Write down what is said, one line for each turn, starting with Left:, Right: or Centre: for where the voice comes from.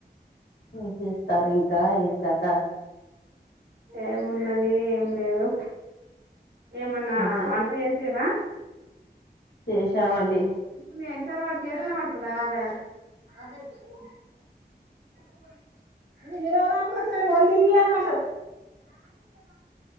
Left: ఏం చేస్తారు ఇంకా ఏం కథ
Right: ఏమున్నది ఏం లేదు ఏమన్నా
Left: ఒకే
Right: వంట చేసిరా
Left: చేసామండి
Right: ఇప్పుడు నేను ఎన్ని సార్లు వాడి చేతులునే పడుకున్న <unintelligible> ఏం మాట్లాడదు